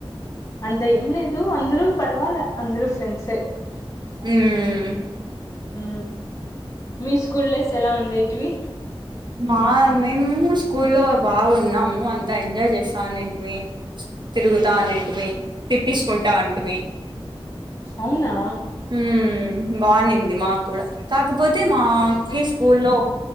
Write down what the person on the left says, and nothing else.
అంత ఏం లేదు అందరూ పర్వాల అందరుూ ఫ్రెండ్స్
ఉ మీ స్కూల్ డేస్ ఎలా ఉండేటివి
అవునా